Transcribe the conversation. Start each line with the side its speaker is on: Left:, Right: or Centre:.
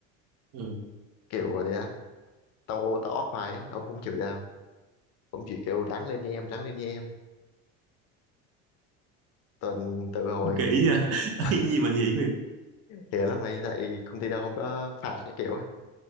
Right: ừ,
Left: kiểu vậy á tao tao off hoài á, ông không chửi tao ông chỉ kêu ráng lên nha em ráng lên nha em tuần từ hồi
Right: kỹ à <laughs>
Left: <laughs>
Right: cái gì mà hiển
Left: hiền lắm mày tại công ty tao không có phạt cái kiểu á.